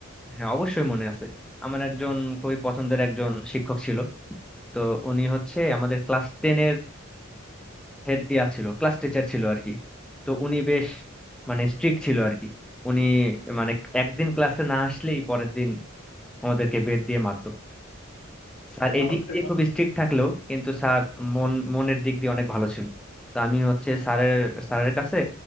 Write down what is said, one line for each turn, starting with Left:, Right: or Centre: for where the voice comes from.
Centre: হ্যাঁ অবশ্যই মনে আছে আমার একজন খুবই পছন্দের একজন শিক্ষক ছিল তো উনি হচ্ছে আমাদের ক্লাস টেনের হেড ইয়া ছিল ক্লাস টিচার ছিল আর কি তো উনি বেশ মানে স্ট্রিক্ট ছিল আর কি উনি মানে একদিন ক্লাসে না আসলেই পরের দিন আমাদেরকে বেত দিয়ে মারতো স্যার
Left: বাহ
Centre: এই দিক
Left: রে
Centre: দিয়ে
Left: বাহ
Centre: খুব স্ট্রিক্ট থাকলেও কিন্তু স্যার মন মনের দিক দিয়ে অনেক ভালো ছিল তো আমি হচ্ছে স্যারের স্যারের কাছে